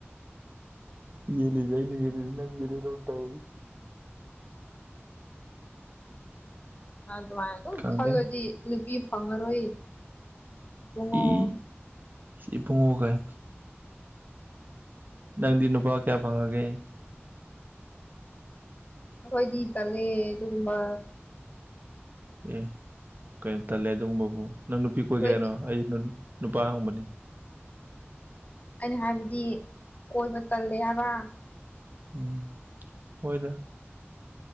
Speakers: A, on the right; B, on the left.
A: ꯌꯦꯠꯂꯤꯖꯦ ꯑꯩꯅ ꯌꯦꯠꯂꯤꯔ ꯅꯪꯅ ꯌꯦꯠꯂꯤꯔ ꯑꯝ ꯇꯧꯔꯤ
B: ꯑꯗꯨꯃꯥꯏ ꯑꯗꯨꯝ
A: ꯈꯪꯗꯦ
B: ꯈꯜꯂꯗꯤ ꯅꯨꯄꯤ ꯐꯪꯉꯔꯣꯏ ꯏꯕꯨꯡꯉꯣ
A: ꯏ ꯏꯕꯨꯡꯉꯣ ꯀꯥꯏ ꯅꯪꯗꯤ ꯅꯨꯄꯥ ꯀꯌꯥ ꯐꯪꯉꯒꯦ
B: ꯑꯈꯣꯏꯗꯤ ꯇꯜꯂꯦ ꯑꯗꯨꯒꯨꯝꯕ
A: ꯑꯦ ꯀꯩꯅꯣ ꯇꯜꯂꯦ ꯑꯗꯨꯒꯨꯝꯕꯕꯨ ꯅꯪ ꯅꯨꯄꯤ ꯀꯣꯏꯒꯦ
B: ꯑꯩꯈꯣꯏꯗꯤ
A: ꯍꯥꯏꯔꯣ ꯑꯩ ꯅꯨ-ꯅꯨꯄꯥ ꯍꯪꯕꯅꯤ
B: ꯑꯩꯅ ꯍꯥꯏꯕꯗꯤ ꯀꯣꯏꯕ ꯇꯜꯂꯦ ꯍꯥꯏꯕ
A: ꯎꯝ ꯍꯣꯏꯗ